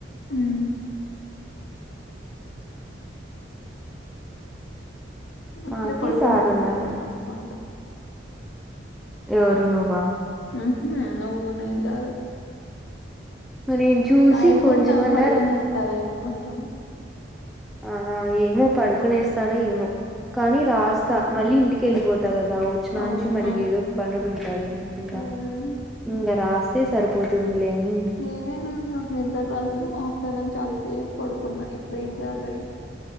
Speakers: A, on the left; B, in the centre.
A: హా అట్లి
B: మాకి
A: పడుకునేస్తా
B: సారున్నాడు
A: రాస్కుంట
B: ఎవరు నువ్వా
A: ఉ హూ నువ్వు నేను కాదు
B: నేను చూసి
A: రాయకుండా
B: కొంచెమన్నా
A: పడుకునేస్తావేమో
B: రా
A: అని ఆ
B: ఆ ఏమో పడుకునేస్తాను ఏమో కానీ రాస్తా మళ్ళీ ఇంటికి వెళ్ళిపోతా కదా వచ్చినంచి
A: అవును
B: మళ్ళీ
A: ఆ
B: ఏదో పనులు ఉంటాయి అనుకుంటా
A: మ్మ్
B: ఇంకా రాస్తా ఇదే సరిపోతుంది అని
A: నేను ఈ రోజు నాకు నిద్దర రాదు ఆఫ్టర్ నూన్ చాలాసేపు పడుకున్న ఇప్పుడు ఏం చేయాలొ ఏమో